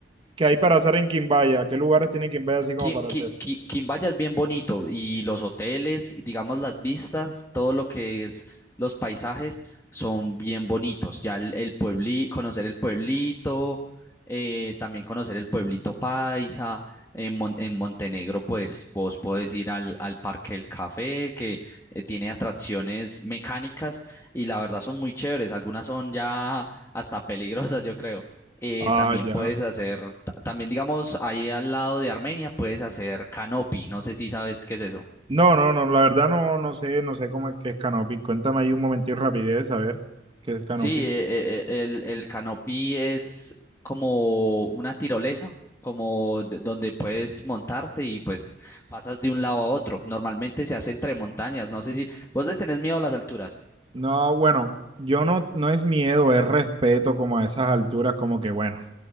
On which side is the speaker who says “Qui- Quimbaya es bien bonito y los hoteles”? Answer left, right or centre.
Left